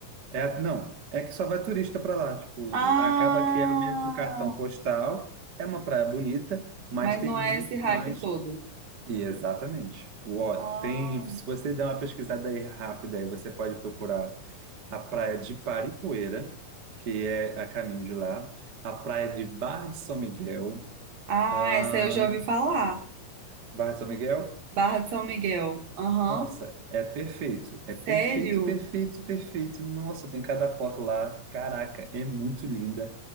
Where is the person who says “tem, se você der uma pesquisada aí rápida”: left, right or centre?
Right